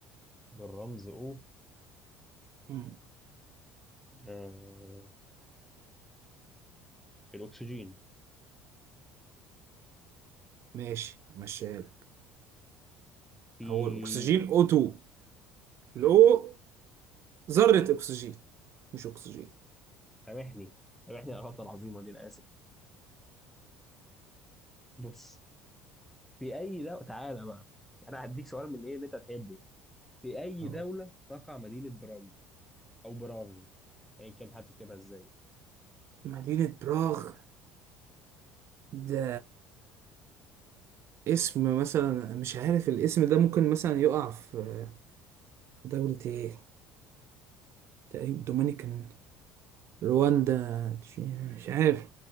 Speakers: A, in the centre; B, on the right.
A: بالرمز او
B: مم.
A: آه الأكسجين
B: ماشي همشيها لك
A: في
B: هو الاكسجين O2 الاو ذرة اكسجين مش اكسجين
A: سامحني سامحني على الغلطه العظيمه دي انا اسف بص في اي دوله تعالى بقى انا هديك سؤال من ايه اللي انت تحبه في اي
B: اه
A: دوله تقع مدينه براغ او براغ يعني يعني كان هتكتبها ازاي
B: مدينة براغ ده اسم مثلا مش عارف الاسم ده ممكن مثلا يقع في دولة ايه تقريبا دومينيكان رواندا تش- مش عارف